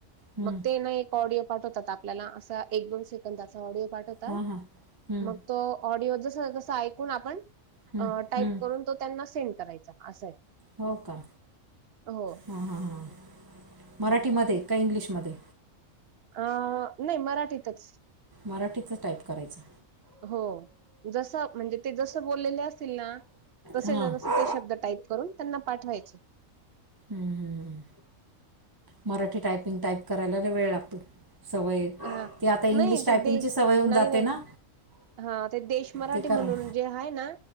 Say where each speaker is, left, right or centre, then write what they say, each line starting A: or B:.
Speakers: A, on the right; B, on the right.
A: हं,
B: मग ते ना एक ऑडिओ पाठवतात आपल्याला असा एक दोन सेकंदाचा ऑडिओ पाठवतात
A: हां हां हं,
B: मग तो. ऑडिओ जस तसं ऐकून आपण
A: हं,
B: टाईप
A: हं.
B: करून तो त्यांना सेंड करायचा असं आहे.
A: हो का
B: हो
A: हां हां हां मराठीमध्ये का इंग्लिशमध्ये?
B: अ नाही मराठीतच.
A: मराठीच टाईप करायचं.
B: हो जस म्हणजे ते जस बोललेले असतील ना तस
A: हां हं,
B: ते शब्द टाईप करून त्यांना पाठवायचे.
A: हम्म हम् हम् मराठी टायपिंग टाईप करायलाला वेळ लागतो सवय
B: हा
A: ते आता इंग्लिश
B: नाही
A: टायपिंगची
B: ते देश
A: सवय होऊन
B: नाही
A: जाते
B: नाही
A: ना,
B: हा ते देश मराठी
A: ते
B: म्हणून
A: करा
B: जे आहे ना